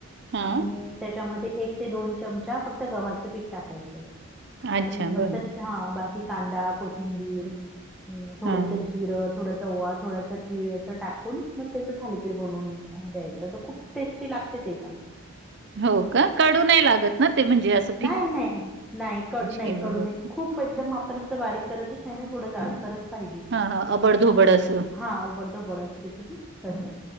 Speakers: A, on the right (about 55°); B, in the centre.
A: हां.
B: आणि त्याच्यामध्ये एक ते दोन चमचा फक्त गव्हाचं पीठ टाकायचं आणि
A: अच्छा
B: म
A: बरं. हं.
B: हा बाकी कांदा, कोथिंबीर, थोडस
A: हां.
B: जिरं, थोडासा ओवा, थोडा च्या तीळ असं टाकून मग त्याचं थालीपीठ बनवून द्यायचं, तर खूप टेस्टी लागते ते पण
A: हो का? कडू नाही लागत ना ते म्हणजे अस
B: नाही नाही नाही नाही नाही कडू नाही
A: केल्यावरती?
B: कडू खूप एकदम आपण असं बारीक करतच नाही ना, थोडं जाड सरच पाहिजे
A: हां, हां. अबड-धोबड असं.
B: हा ओबडधोबड असते कनी तस